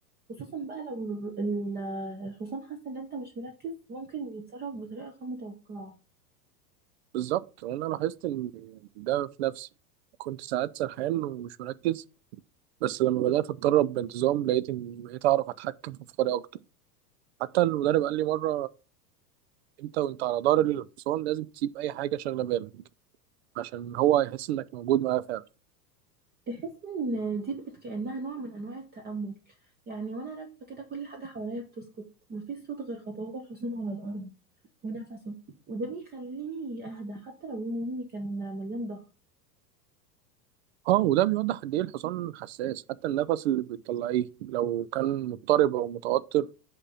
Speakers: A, on the right; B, on the right.
A: خصوصا بقى لو ال- ال- الحصان حاسة ان انت مش مركز ممكن يتصرف بطريقة غير متوقعة
B: بالظبط وانا لاحظت ان ده في نفسي كنت ساعات سرحان ومش مركز بس لما بدات اتدرب بانتظام لقيت اني بقيت اعرف اتحكم في افكاري اكتر حتى المدرب قال لي مره انت وانت على ظهر الحصان لازم تسيب اي حاجه شاغله بالك عشان هو يحس انك موجود معاه فعلا
A: تحس ان دي بقت كأنها نوع من انواع التأمل يعني وانا راكبة كده كل حاجة حواليا بتسكت مفيش صوت غير خطوات الحصان على الأرض ونفسه وده بيخليني اهدى حتى لو يومي كان مليان ضغط
B: اه وده بيوضح قد ايه الحصان حساس حتى النفس اللي بتطلعيه لو كان مضطرب او متوتر